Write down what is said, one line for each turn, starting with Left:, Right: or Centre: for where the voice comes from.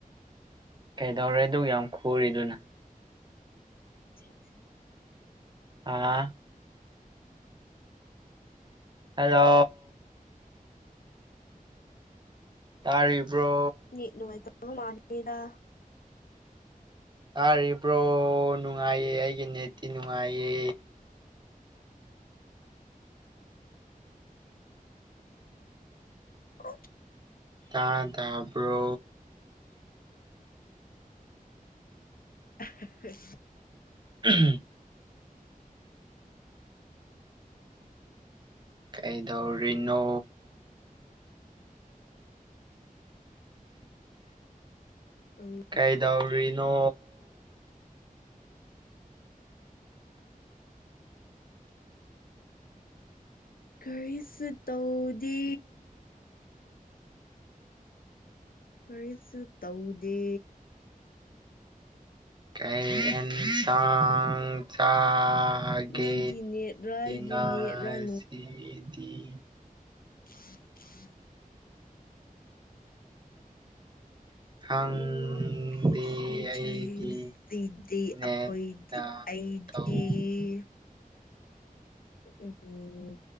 Right: ꯀꯩꯗꯧꯔꯦ ꯑꯗꯨꯒ ꯌꯥꯝ ꯈꯨꯔꯤꯗꯨꯅ
Left: ꯆꯁ
Right: ꯑꯥ ꯍꯂꯣ ꯇꯔꯕ꯭ꯔꯣ
Left: ꯃꯤꯠ ꯅꯨꯅꯨꯡꯥꯏ ꯇ ꯃꯥꯗ
Right: ꯇꯥꯔꯤꯕ꯭ꯔꯣ ꯅꯨꯡꯉꯥꯏꯌꯦ ꯑꯩꯒꯤ ꯅꯦꯠꯇꯤ ꯅꯨꯡꯉꯥꯏꯌꯦ
Left: ꯑ
Right: ꯇ ꯇꯕ꯭ꯔꯣ
Left: <unintelligible>
Right: ꯝ ꯀꯩꯗꯧꯔꯤꯅꯣ
Left: ꯎꯝ
Right: ꯀꯩꯗꯧꯔꯤꯅꯣ
Left: ꯀꯔꯤꯁꯨ ꯇꯧꯗꯦ ꯀꯔꯤꯁꯨ ꯇꯧꯗꯦ
Right: ꯀꯩꯟ ꯆꯥꯡꯆꯥ ꯑꯒꯦ
Left: ꯅꯪꯒꯤ ꯅꯦꯠꯔꯥ ꯑꯩꯒꯤ
Right: ꯉꯁꯤꯗꯤ
Left: ꯅꯦꯠꯔꯥ ꯍꯥ ꯍꯥꯥ
Right: ꯈꯪꯗꯦ
Left: ꯎꯝ ꯀꯁ
Right: ꯑꯩꯒꯤ
Left: ꯆ ꯉꯁꯤꯗꯤ
Right: ꯅꯦꯠꯅ
Left: ꯑꯈꯣꯏꯣꯏ ꯑꯩ
Right: ꯇꯧꯕ꯭ꯔꯥ
Left: ꯎꯝ